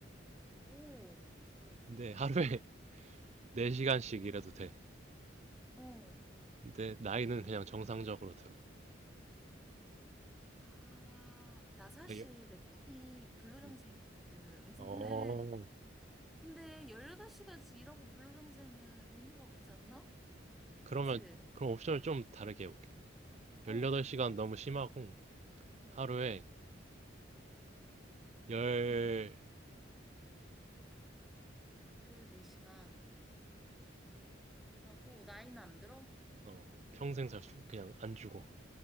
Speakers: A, in the centre; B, on the right.
A: 오, 오,
B: 근데 하루에 <laughs> 4시간씩 일해도 돼.
A: 어.
B: 근데 나이는 그냥 정상적으로 들어.
A: 아, 나 사실
B: 그래요
A: 내 꿈이 블루정생이었거든.
B: 음.
A: <laughs> 근데,
B: 어,
A: 근데 18시간씩 일하고 블루정생은 의미가 없지 않나?
B: 그러면,
A: 그치?
B: 그럼 옵션을 좀 다르게 해볼게.
A: 어,
B: 18시간
A: 어떡해?
B: 너무 심하고,
A: 어,
B: 하루에 14시간,
A: 응. 14시간 일하고 나이는 안 들어?
B: 어, 평생 살 수, 그냥 안 주고,